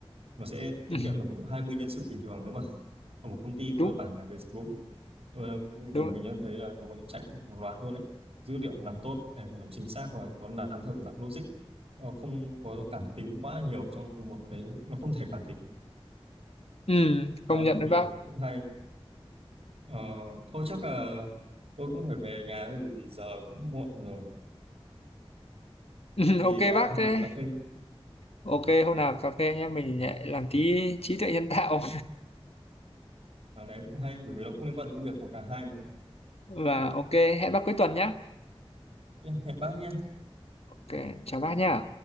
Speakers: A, on the right (about 70°); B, on the left (about 70°).
A: nó sẽ tiết
B: Ừ,
A: kiệm được khoảng độ 20 nhân sự bình thường nếu mà ở một công ty
B: đúng
A: cơ bản là về dịch vụ Tôi
B: đúng
A: kiểu mình
B: rồi.
A: đã thấy là nó có thể chạy một loạt luôn đấy dữ liệu làm tốt để mà làm chính xác và nó làm theo kiểu dạng logic Nó không có cảm tính quá nhiều trong một cái nó không thể cảm tính
B: ừ, công
A: đó
B: nhận đấy
A: thì
B: bác
A: cũng hay Ờ, thôi chắc là tôi cũng phải về nhà thôi bởi vì giờ cũng muộn rồi
B: <laughs> ừ,
A: thì
B: ok
A: à,
B: bác
A: hôm
B: thế
A: nào đi cà phê
B: ok hôm nào cà phê nhé mình lại làm tí trí tuệ nhân tạo
A: mà đấy cũng hay bởi vì nó cũng liên quan tới công việc của cả hai mà
B: <laughs> và ok hẹn bác cuối tuần nhé
A: yeah, hẹn bác nhé
B: ok chào bác nhé